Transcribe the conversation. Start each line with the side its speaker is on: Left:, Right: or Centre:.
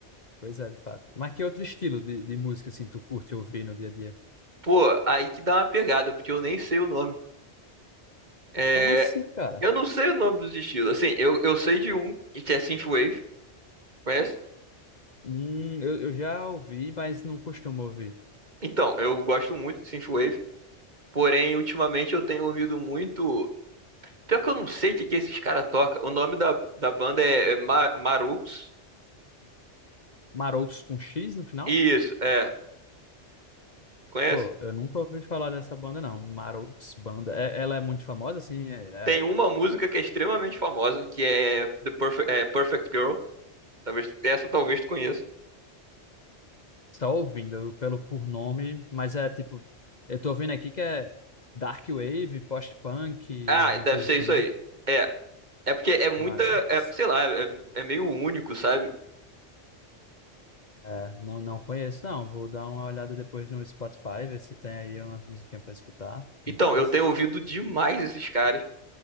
Left: Pois é, de fato. Mas que outro estilo de, de música, assim, tu curte ouvir no dia a dia?
Right: Pô, aí que dá uma pegada, porque eu nem sei o nome. É,
Left: Como assim, cara?
Right: eu não sei o nome dos estilos. Assim, eu, eu sei de um, que é Synthwave, conhece?
Left: Hum, eu, eu já ouvi, mas não costumo ouvir.
Right: Então, eu gosto muito de Synthwave, porém, ultimamente eu tenho ouvido muito. Pior que eu não sei o que, que esses caras tocam. O nome da, da banda é, é Ma- Marux.
Left: Maroucos com X no final?
Right: Isso, é. Conhece?
Left: Pô, eu nunca ouvi falar dessa banda, não. Maroucos Banda. É- ela é muito famosa, assim, é,
Right: Tem uma
Left: é,
Right: música que é extremamente famosa, que é The Perfect, é Perfect Girl. Talvez, essa talvez tu conheça.
Left: só ouvindo pelo por nome, mas é tipo, eu tô ouvindo aqui que é Dark Wave, post-punk,
Right: Ah,
Left: é uma
Right: deve
Left: coisa
Right: ser
Left: assim,
Right: isso
Left: né?
Right: aí. É. É porque é muita.
Left: Maroucos.
Right: é, sei lá, é, é meio único, sabe?
Left: É, não, não conheço, não. Vou dar uma olhada depois no Spotify, ver se tem aí uma musiquinha pra escutar. Muito
Right: Então,
Left: massa.
Right: eu tenho ouvido demais esses caras.